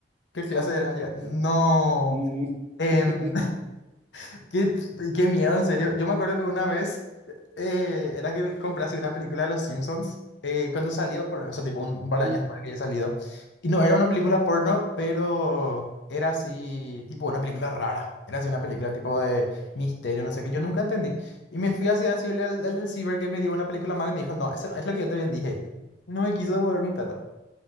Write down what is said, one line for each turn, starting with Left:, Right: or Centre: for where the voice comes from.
Left: ¿Qué clase era? Ya, No.
Right: Mm.
Left: em,
Right: <laughs>
Left: <laughs> qué, qué miedo, en serio. Yo me acuerdo que una vez eh, era que compré así una película de Los Simpsons eh, cuando salió, por- o sea, tipo un, un par de
Right: Mm.
Left: años después de que haya salido. Y no, era una película porno, pero era así, tipo una película rara. Era así una película tipo de misterio, no sé qué. Yo nunca entendí. Y me fui así a decirle al, al del ciber que me dio una película mala y me dijo, no, eso no es lo que yo te vendí. hey". Y no me quiso devolver mi plata.